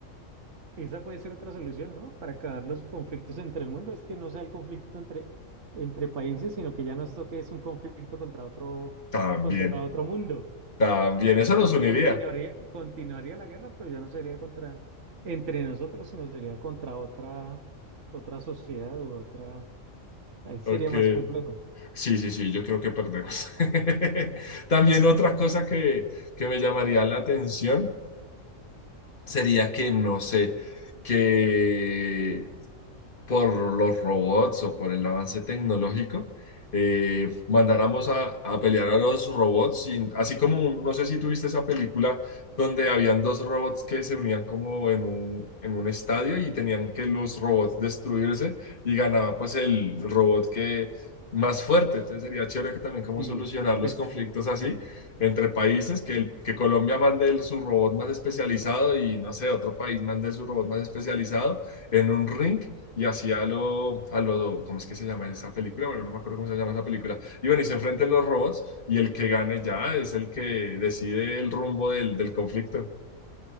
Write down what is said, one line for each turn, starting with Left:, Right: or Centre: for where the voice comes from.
Right: Esa puede ser otra solución, ¿no? Para acabar los conflictos entre el mundo, es que no sea el conflicto entre, entre países, sino que ya nos toque es un conflicto contra otro,
Left: También,
Right: contra otro mundo.
Left: también,
Right: Entonces,
Left: eso
Right: ahí
Left: nos
Right: sí
Left: uniría.
Right: continuaría, continuaría la guerra, pero ya no sería contra entre nosotros, sino sería contra otra, otra sociedad u otra. Ahí sería
Left: Ok.
Right: más complejo.
Left: Sí, sí, sí, yo creo que perdemos. <laughs> También otra cosa que, que me llamaría la atención sería que, no sé, que por los robots o por el avance tecnológico, eh, mandáramos a, a pelear a los robots, sin- así como, un- no sé si tuviste esa película donde habían dos robots que se unían como en un, en un estadio y tenían que los robots destruirse y ganaba pues el robot que más fuerte, entonces sería chévere que también como
Right: Sí,
Left: solucionar los
Right: pues
Left: conflictos así entre países, que, el- que Colombia mande el- su robot más especializado y no sé, otro país mande su robot más especializado en un ring y hacía lo, a lo, ¿cómo es que se llama esa película? Bueno, no me acuerdo cómo se llama esa película. Y bueno, y se enfrentan los robots y el que gane ya es el que decide el rumbo del, del conflicto.